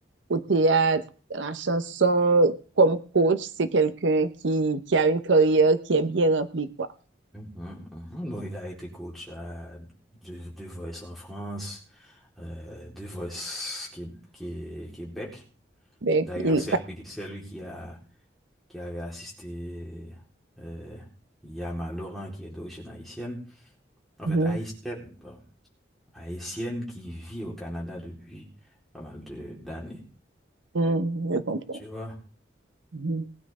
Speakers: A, on the right; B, in the centre.
A: au théâtre, à la chanson, comme coach, c'est quelqu'un qui, qui a une carrière qui est bien remplie, quoi.
B: mhm, mhm. Donc, il a été coach à The, The Voice en France, euh, The Voice Qué- Qué- Québec.
A: Ben,
B: D'ailleurs,
A: il,
B: c'est lui, c'est lui qui a, qui avait assisté euh, Yama Laurent, qui est d'origine haïtienne. En fait,
A: Mhm.
B: haïtienne, bon, haïtienne qui vit au Canada depuis pas mal de d'années.
A: Mhm. Je comprends.
B: Tu vois,
A: Mhm.